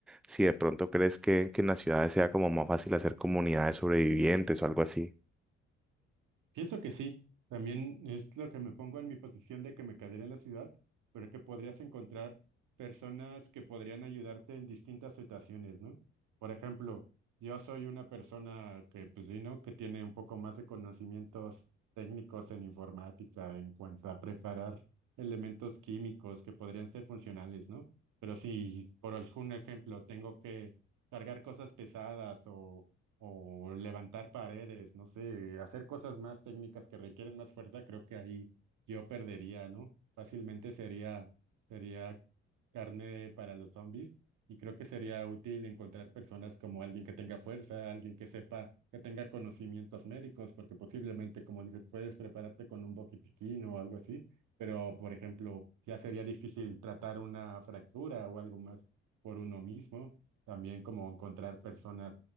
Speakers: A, in the centre; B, on the right.
A: si de pronto crees que, que en las ciudades sea como más fácil hacer comunidades sobrevivientes o algo así.
B: Pienso que sí. También es lo que me pongo en mi posición de que me quedaría en la ciudad, pero que podrías encontrar personas que podrían ayudarte en distintas situaciones, ¿no? Por ejemplo, yo soy una persona que, pues sí, ¿no? Que tiene un poco más de conocimientos técnicos en informática en cuanto a preparar elementos químicos que podrían ser funcionales, ¿no? Pero si, por algún ejemplo, tengo que cargar cosas pesadas o o levantar paredes, no sé, hacer cosas más técnicas que requieren más fuerza, creo que ahí yo perdería, ¿no? Fácilmente sería, sería carne para los zombies y creo que sería útil encontrar personas como alguien que tenga fuerza, alguien que sepa, que tenga conocimientos médicos, porque posiblemente, como dices, puedes prepararte con un botiquín o algo así, pero, por ejemplo, ya sería difícil tratar una fractura o algo más por uno mismo, también como encontrar personas